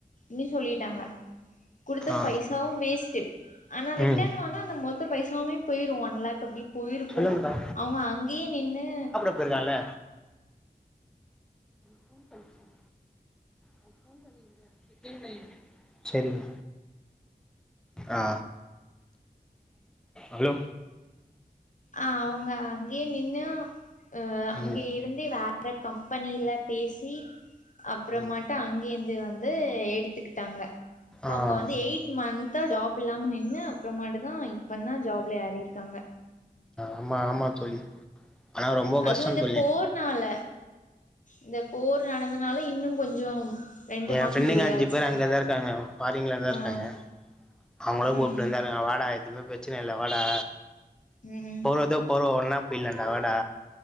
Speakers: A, on the left (about 50°); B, in the centre.
A: னி சொல்லிட்டாங்க குடுத்த
B: ஆ ஆ
A: பைசாவு வேஸ்ட்டு ஆனா ரிட்டன்
B: ம்
A: வந்தா அந்த மொத்த பைசாவுமே போயிரு ஒன் லேக் அப்டி போயிருக்கு
B: சொல்லுங்கக்கா
A: அவுங்க அங்கயே நின்னு
B: க்குறதால <inaudible> நான் ஃபோன் பண்ணியிந்த செகண்ட் லைன் சேரிங்க ஆ ஹலோ
A: ஆ அவுங்க அங்கயே நின்னு அ அங்கயே
B: ம்
A: இருந்து வேற கம்பெனில பேசி அப்பறமாட்டு
B: ம்
A: அங்கயே இ ந்து வந்து எடுத்துக்கிட்டாங்க இப்ப
B: ஆ
A: அங்க வந்து எய்ட் மந்த் தா ஜாப் இல்லாம நின்னு அப்பறமாட்டு தாஇப்போந்தா ஜாப்ல ஏறிருக்காங்க
B: ஆமா ஆமா தோழி ஆனா ரொம்ப கஷ்டம்
A: அதுவு இந்த
B: தோழி
A: போர்னால இந்த போர் நடந்தனால இன்னு கொஞ்சோ ரெண்டு
B: எ
A: மாசோ
B: ஃப்ரெண்டுங்க
A: டிலே
B: அஞ்சு
A: ஆச்சு
B: பேர் அங்கதா இருக்காங்க ஃபாரீன்ல தா
A: ஆ
B: இருக்காங்க அவங்களு
A: ம்
B: கூப்ட்டுனு தா இருக்காங்க வாடா எதுவுமே பிரச்சன இல்ல வாடா
A: ம்
B: போறது போறோ ஒன்னா போயிலாண்டா வாடா